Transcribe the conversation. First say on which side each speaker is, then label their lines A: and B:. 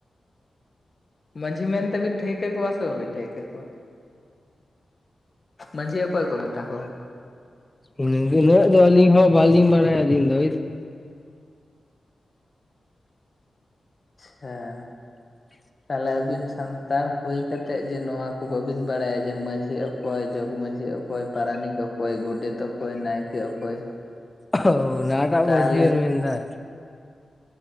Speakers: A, on the left; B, on the left.
A: ᱢᱟᱺᱡᱷᱤ ᱢᱮᱱᱛᱮ ᱵᱤᱱ ᱴᱷᱟᱹᱣᱠᱟᱹ ᱠᱚᱣᱟ ᱥᱮ ᱵᱟᱵᱤᱱ ᱴᱷᱟᱹᱣᱠᱟᱹ ᱢᱟᱹᱡᱷᱤ ᱚᱠᱚᱭ ᱠᱚ ᱢᱮᱛᱟ ᱠᱚᱣᱟ?
B: ᱩᱱᱟᱹᱜ ᱫᱚ ᱟᱹᱞᱤᱧ ᱦᱚᱸ ᱵᱟᱞᱤᱧ ᱵᱟᱲᱟᱭᱟ ᱟᱹᱞᱤᱧ ᱫᱚ <unintelligible>
A: <unintelligible>
B: <inaudible>
A: ᱛᱟᱦᱚᱞᱮ ᱟᱵᱤᱱ ᱥᱟᱱᱛᱟᱲ ᱦᱩᱭ ᱠᱟᱛᱮᱜ ᱡᱮ ᱱᱚᱣᱟ ᱠᱚ ᱵᱟᱵᱤᱱ ᱵᱟᱲᱟᱭᱟ ᱡᱮ ᱢᱟᱸᱡᱷᱤ ᱚᱠᱚᱭ ᱡᱚᱜᱽ ᱢᱟᱸᱡᱷᱤ ᱚᱠᱚᱭ ᱚᱠᱚᱭ ᱯᱟᱨᱟᱱᱤᱠ ᱚᱠᱚᱭ ᱜᱚᱰᱮᱛ ᱚᱠᱚᱭ ᱱᱟᱭᱠᱮ ᱚᱠᱚᱭ
B: <unintelligible> ᱚᱱᱟ ᱴᱟᱜ
A: ᱛᱟᱦᱚᱞᱮ
B: ᱢᱟᱸᱡᱷᱤ ᱵᱮᱱ ᱢᱮᱱ-ᱫᱟ